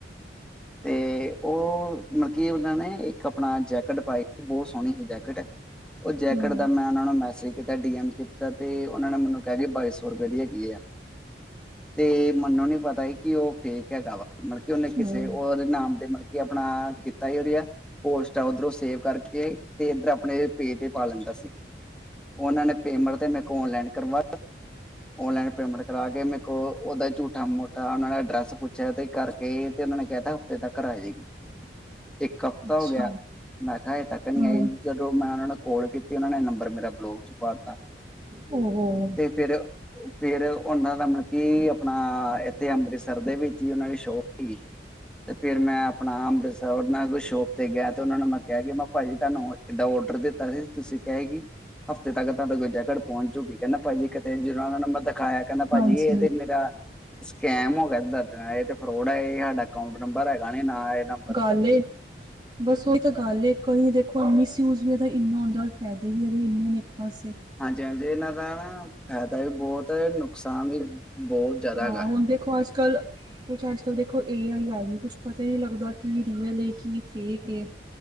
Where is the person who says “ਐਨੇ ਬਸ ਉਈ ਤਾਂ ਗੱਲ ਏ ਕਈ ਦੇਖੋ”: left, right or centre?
Right